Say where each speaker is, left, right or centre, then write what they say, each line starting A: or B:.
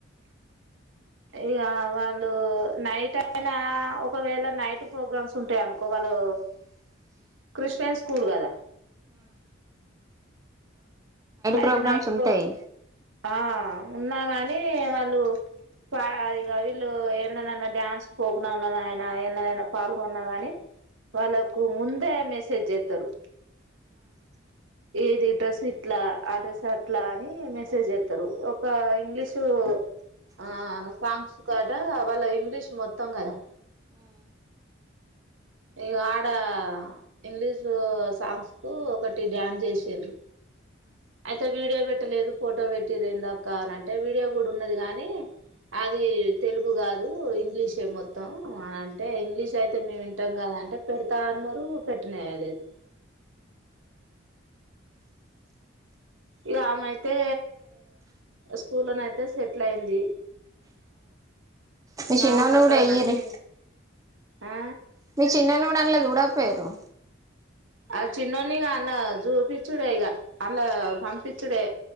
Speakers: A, on the right; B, on the right.
A: ఇక వాళ్ళు నైట్ అయిన ఒకవేళ నైట్ ప్రోగ్రామ్స్ ఉంటాయనుకో వాళ్ళు క్రిస్టియన్ స్కూల్ కదా అయితే
B: ప్రోగ్రామ్స్
A: నైట్ ప్రో
B: ఉంటాయి
A: ఆ ఉన్నా కానీ వాళ్ళు పా ఇది వీళ్ళు ఎందులో నన్న డ్యాన్స్ పోకున ఉన్నా ఆయనా ఎన్ననైనా పాల్గొన్నా గానీ వాళ్ళకు ముందే మెసేజ్ చేస్తారు ఏది డ్రస్ ఇట్లా ఆ డ్రస్ అట్లా అని మెసేజ్ చేస్తారు ఒక ఇంగ్లీషు ఆ సాంగ్స్ కాద వాళ్ళ ఇంగ్లీషూ మొత్తం కదా ఇగా ఆడ ఇంగ్లీషు సాంగ్స్ కు ఒకటి డ్యాన్స్ చేసారు అయితే వీడియో పెట్టలేదు ఫోటో పెట్టిర దాకా అనింటే వీడియో కూడా ఉన్నది కానీ అది తెలుగు కాదు ఇంగ్లీషే మొత్తం అని అంటే ఇంగ్లీష్ అయితే మేము ఇంటం కద అంటే పెడతా అన్నారు పెట్నా లేదు ఇక ఆమె అయితే స్కూల్ లోనే అయితే సెటిల్ అయింది
B: మీ
A: ఇగ
B: చిన్నోన్ని
A: ఆమెకు అక్కడ
B: కూడా వేయిరి
A: నచ్చింది ఆ
B: మీ చిన్నోన్ని కూడా అనలేదు ఊదాకా పోయారు
A: ఆ చిన్నోన్నిగ అలా చూపిచ్చుడే ఈ అల్ పంపి చుడే